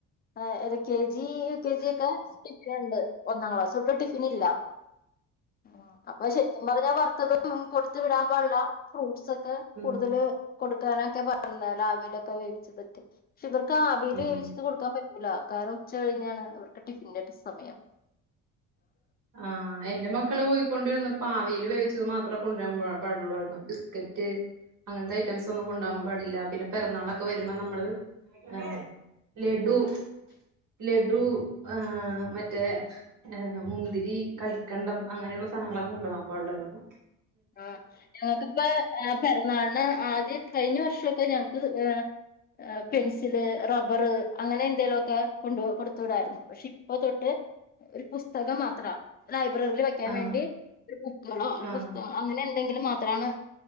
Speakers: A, on the left (about 30°); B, on the right (about 60°).
A: ആ എൽകെജി യുകെജിയൊക്കെ ടിഫിനൊണ്ട് ഒന്നാം ക്ലാസൊട്ട് ടിഫിനില്ല ആ അപ്പൊ ശെരിക്കും പറഞ്ഞാ പറ <unintelligible> കൊടു വിടാൻമ്പാടിള്ള ഫ്രൂട്ട്സൊക് അ
B: ഉം
A: കൂടുതല് കൊടുക്കാനൊക്കെ <unintelligible> ആവിലൊക്കെ വേവിച്ച് <inaudible> ഇവർക്ക് ആവീൽ
B: ഉം
A: വേവിച്ചത് കൊടുക്കാൻ പറ്റും ല്ല കാരണം ഉച്ച കഴിഞ്ഞാണ് അവർക്ക് ടിഫിന്റെ <unintelligible> സമയം
B: ആഹ് എന്റെ മക്കള് പോയി കൊണ്ടുവരുന്ന ആവിയിൽ വേവിച്ചത് മാത്രം കൊണ്ടുവരാൻ പാ പാടുള്ളൂ ആയിരുന്നു ബിസ്ക്കറ്റ് അങ്ങനത്തെ ഐറ്റംസ് ഒന്നും കൊണ്ടു പോകാൻ പാടില്ല പിന്നെ പിറന്നാളൊക്കെ വരുമ്പോ നമ്മള് ആ ലഡു ലഡു ആ മറ്റേ മുന്തി.. ഈ കൽക്കണ്ടം അങ്ങനെയുള്ള സാധങ്ങളൊക്കെ കൊണ്ട് പോകാൻ പാടില്ലായിരുന്നു.
A: ആ ഞങ്ങക്കിപ്പ അ പിറന്നാൾ <unintelligible> ആദ്യം കഴിഞ്ഞ വർഷൊക്കെ ഞങ്ങക്ക് ആ അ പെൻസില്, റബ്ബർ അങ്ങനെ എന്തെലു ഒക്കെ കൊണ്ട് കൊടുത്തുടായിരുന്നു പക്ഷെ ഇപ്പൊ തൊട്ട് ഒരു പുസ്തകം മാത്രാ <unintelligible> ലൈബ്രറില് വെക്കാൻ
B: ആ
A: വേണ്ടി ഒരു ബുക്ക്കളോ <unintelligible>
B: ആ
A: അങ്ങനെ എന്തെങ്കിലും മാത്രമാണ്